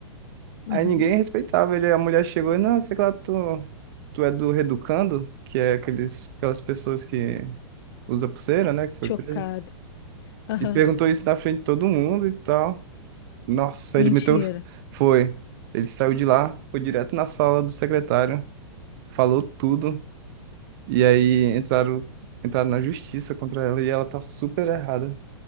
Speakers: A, on the left; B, on the right.
A: Uhum.
B: Aí ninguém respeitava ele. A mulher chegou e, não, sei lá, tu, tu é do Reeducando, que é aqueles, aquelas pessoas que usa pulseira, né, que foi
A: Chocada.
B: preso.
A: Aham.
B: E perguntou isso na frente de todo mundo e tal. Nossa,
A: Mentira.
B: ele meteu. Foi. Ele saiu de lá, foi direto na sala do secretário, falou tudo. E aí entraram, entraram na justiça contra ela e ela tá super errada.